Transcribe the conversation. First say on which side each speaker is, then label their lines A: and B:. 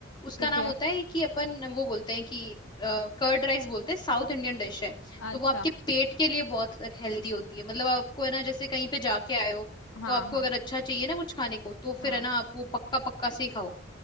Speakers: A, on the left; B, on the left.
A: उसका
B: ठीक
A: नाम
B: है
A: होता है कि अपन वो बोलते हैं कि कर्ड राइस बोलते हैं साउथ इंडियन डिश है
B: अच्छा
A: तो वो आपके पेट के लिए बहुत हेल्दी होती है मतलब आपको है ना जैसे कहीं पे जाके आए हो
B: हाँ
A: तो आपको
B: हाँ
A: अगर अच्छा चाहिए ना कुछ खाने को तो
B: हाँ
A: फिर है ना आप वो पक्का पक्का से ही खाओ